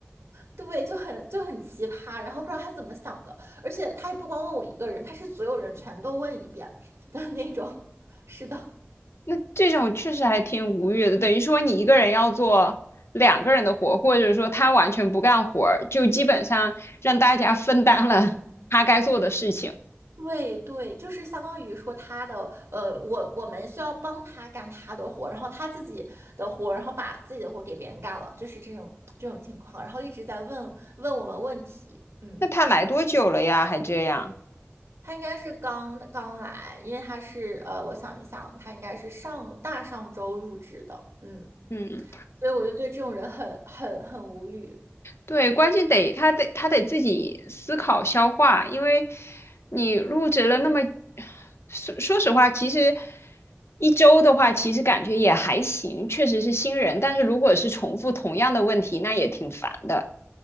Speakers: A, on the right; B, on the left.
A: 对，就很就很奇葩，然后不知道他怎么想的，而且他也不光问我一个人，他是所有人全都问一遍的那种，<laughs> 是的，
B: 那这种确实还挺无语的，等于说你一个人要做两个人的活，或者说他完全不干活儿，就基本上让大家分担了 <laughs> 他该做的事情。
A: 对对，就是相当于说他的呃，我我们需要帮他干他的活，然后他自己的活，然后把自己的活给别人干了，就是这种这种情况，然后一直在问问我们问题，嗯，
B: 那他来多久了呀？还这样？
A: 他应该是刚刚来，因为他是呃，我想一想，他应该是上大上周入职的，嗯，
B: 嗯。
A: 所以我就对这种人很很很无语，
B: 对，关键得他得他得自己思考消化，因为你入职了那么，说说实话，其实一周的话，其实感觉也还行，确实是新人，但是如果是重复同样的问题，那也挺烦的。